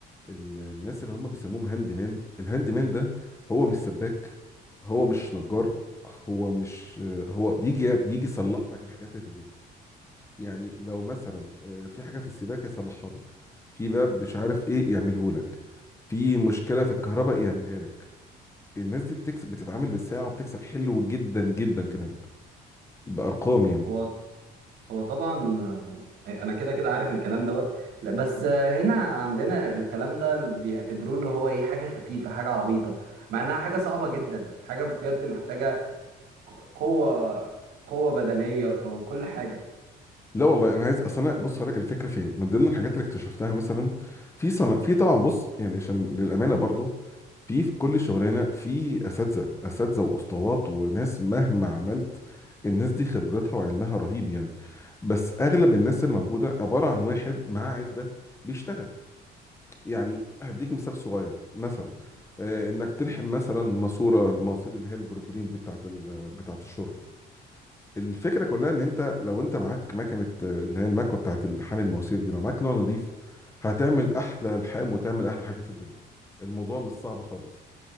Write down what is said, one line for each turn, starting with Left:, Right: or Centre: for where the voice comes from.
Left: ال- الناس اللي هم بيسموهم هاند مان الهاند مان ده هو مش سباك هو مش نجار هو مش هو بيجي بيجي يصلح لك الحاجات اللي في البيت يعني لو مثلا آه، في حاجه في السباكه يصلحها لك في باب مش عارف ايه يعمله لك في مشكله في الكهرباء يعملها لك الناس دي بتكسب بتتعامل بالساعه وبتكسب حلو جدا جدا كمان بارقام يعني
Right: هو هو طبعا آه، انا كده كده عارف الكلام دوت لا بس آه، هنا عندنا الكلام ده بيعتبروه اللي هو ايه حاجه خفيفه حاجه عبيطه مع انها حاجه صعبه جدا حاجه بجد محتاجه قوة قوة بدنية وكل حاجة
Left: لا والله انا عايز اصل انا بص هقول لك الفكره فين من ضمن الحاجات اللي اكتشفتها مثلا في صنع في طبعا بص يعني عشان للامانه برضو في في كل شغلانه في اساتذه اساتذه واسطوات وناس مهما عملت الناس دي خبرتها وعلمها رهيب يعني بس اغلب الناس اللي موجوده عباره عن واحد معاه عده بيشتغل يعني هديك مثال صغير مثلا آه، انك تلحم مثلا ماسوره الماسير اللي هي البروبولين دي بتاعت ال- بتاعت الشرب الفكره كلها ان انت لو انت معاك مكنه آه، اللي هي المكوه بتاعت الحامل المواسير دي لو معاك نوع نظيف هتعمل احلى الحام وتعمل احلى حاجه في الدنيا الموضوع مش صعب خالص